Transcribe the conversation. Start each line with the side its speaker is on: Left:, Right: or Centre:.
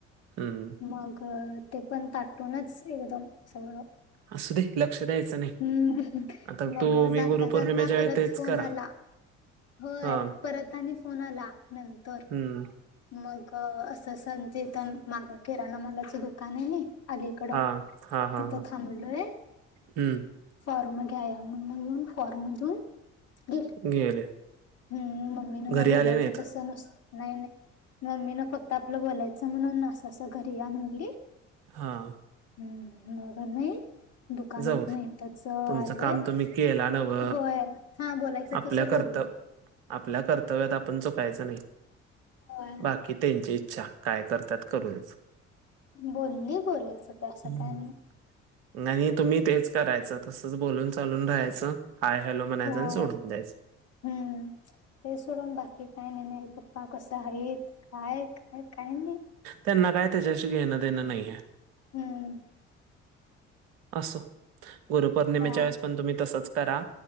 Right: हम
Left: मग ते पण ताटूनच एकदम सळ
Right: असू दे लक्ष द्यायचं नाही
Left: हम्म
Right: आता
Left: मग
Right: तो मी
Left: जाता
Right: गुरुपौर्णिमेच्या
Left: जाता परत
Right: वेळी तेच
Left: फोन
Right: करा
Left: आला होय
Right: हा
Left: परत आणि फोन आला नंतर
Right: हम्म
Left: मग असं संजेतन माग किराणामालाच दुकान आहे ना अलीकडं
Right: हा हा हा हा
Left: तिथं थांबलोय
Right: हम्म
Left: फॉर्म घ्या म्ह मून फॉर्मधून घट
Right: गेले
Left: हम्म मम्मी ना
Right: घरी
Left: मग बोलायचं
Right: आले नाहीत
Left: तस नसत नाही नाही मम्मी ना फक्त आपलं बोलायचं म्हणून अस असं घरी या म्हटली
Right: हां
Left: हम्म म घर नाही दुकानात
Right: जाऊ दे
Left: नाही तरच आलोय
Right: तुमचं काम तुम्ही केला नव
Left: होय हा बोलायचं
Right: आपल्या
Left: तस
Right: कर्तव्य
Left: बोलल
Right: आपल्या कर्तव्यात आपण चुकायचं नाही
Left: होय.
Right: बाकी त्यांची इच्छा काय करतात करूच
Left: बोलली बोलायचं ते असं
Right: हम्म,
Left: काय नाही
Right: आणि तुम्ही तेच करायचं तसच बोलून चालून राहायचं हय हॅलो म्हणायचं
Left: होय
Right: आणि सोडून द्यायचं
Left: हम्म ते सोडून बाकी काही नाही नाही पप्पा कसं आहेत काय काय काय नाही
Right: त्यांना काय त्याच्याशी घेणं देणं नाहीय
Left: हम्म
Right: असो गुरुपौर्णिमेच्या
Left: हा
Right: वेळेस पण तुम्ही तसंच करा